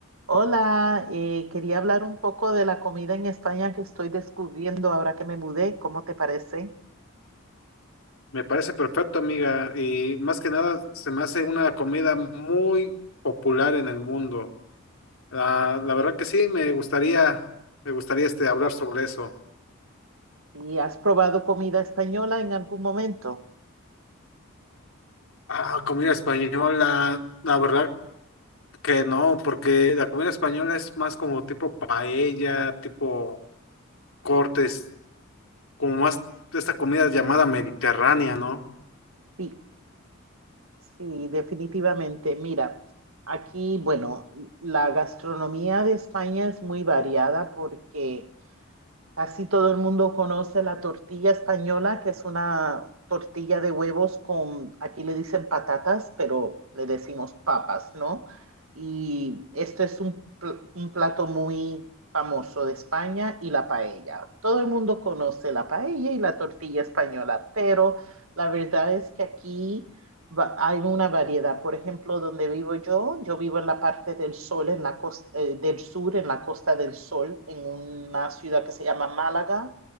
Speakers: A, on the right; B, on the left.
A: Hola, eh, quería hablar un poco de la comida en España que estoy descubriendo ahora que me mudé. ¿Cómo te parece?
B: Me parece perfecto, amiga. Y más que nada, se me hace una comida muy popular en el mundo. La, la verdad que sí, me gustaría, me gustaría este, hablar sobre eso.
A: ¿Y has probado comida española en algún momento?
B: Ah, comida española. La verdad que no, porque la comida española es más como tipo paella, tipo cortes, como más de esta comida llamada mediterránea, ¿no?
A: Sí, sí, definitivamente. Mira, aquí, bueno, la gastronomía de España es muy variada porque Casi todo el mundo conoce la tortilla española, que es una tortilla de huevos con, aquí le dicen patatas, pero le decimos papas, ¿no? Y esto es un, pl- un plato muy famoso de España y la paella. Todo el mundo conoce la paella y la tortilla española, pero la verdad es que aquí va- hay una variedad. Por ejemplo, donde vivo yo, yo vivo en la parte del sol, en la costa, del sur, en la Costa del Sol, en una ciudad que se llama Málaga